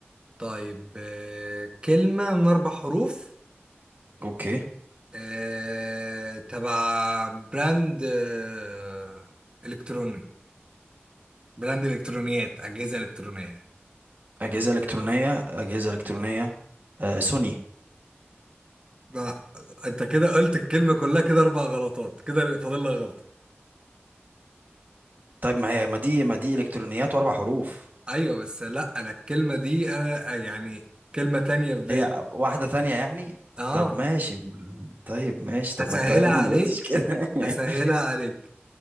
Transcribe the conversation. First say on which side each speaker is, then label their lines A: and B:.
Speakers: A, on the right; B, on the right.
A: طيب آه، كلمة من أربع حروف
B: اوكي
A: آه، تبع براند آه، إلكتروني براند إلكترونيات أجهزة إلكترونية
B: اجهزه الكترونيه اجهزه الكترونيه آه سوني
A: لا أنت كده قلت الكلمة كلها كده أربع غلطات كده فاضل لك غلطة
B: طيب ما هي ما دي ما دي الكترونيات واربع حروف
A: أيوة بس لا أنا الكلمة دي أنا آه، يعني كلمة تانية في بالي
B: هي واحده ثانيه يعني
A: أه
B: طب ماشي طيب ماشي طب
A: هسهلها
B: ما انت يا ابني
A: عليك
B: ما قلتش كده <laughs>
A: هسهلها عليك